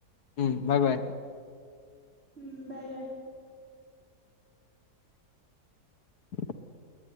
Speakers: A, on the left; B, on the right.
A: উম
B: অ,
A: বাই বাই
B: উম, বাই-বাই।
A: <inaudible>